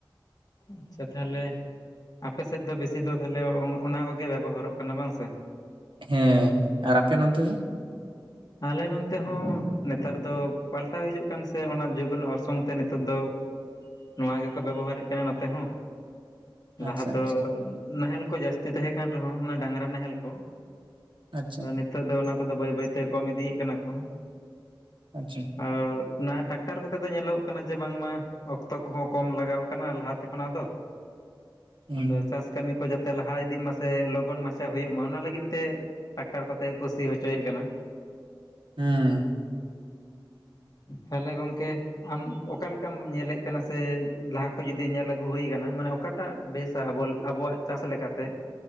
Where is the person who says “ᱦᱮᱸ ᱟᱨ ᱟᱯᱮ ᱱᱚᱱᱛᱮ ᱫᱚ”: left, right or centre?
Right